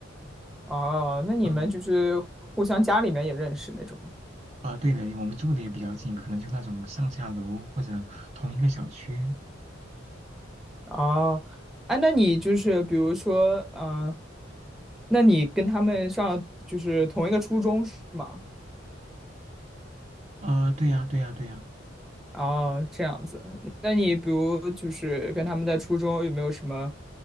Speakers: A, in the centre; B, on the right.
A: <laughs> 哦？那你们就是互相家里面也认识那种
B: 嗯，啊，对的，我们住的也比较近，可能就那种上下楼或者同一个小区。
A: 哦？哎、那你就是比如说，嗯、那你跟他们上就是同一个初中是吗？
B: 啊，对呀，对呀，对呀。
A: 哦，这样子。那你比如就是跟他们在初中有没有什么